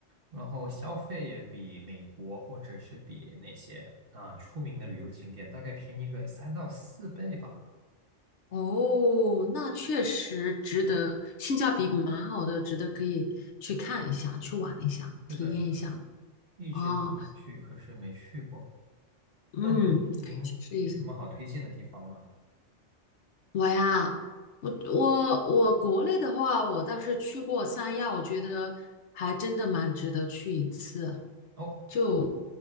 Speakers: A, on the right; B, on the left.
A: 然后消费也比美国或者是比那些啊、出名的旅游景点大概便宜个三到四倍吧。
B: 哦，那确实值得，性价比蛮好的，值得可以去看一下，去玩一下，
A: 嗯，
B: 体验一下。
A: 是的，是的，一直都想去，
B: 哦
A: 可是没去过。
B: 嗯，
A: 那您您有什么好推荐的地方吗？
B: 可以去试一下。我呀，我我我国内的话，我倒是去过三亚，我觉得还真的蛮值得去一次。
A: 哦，
B: 就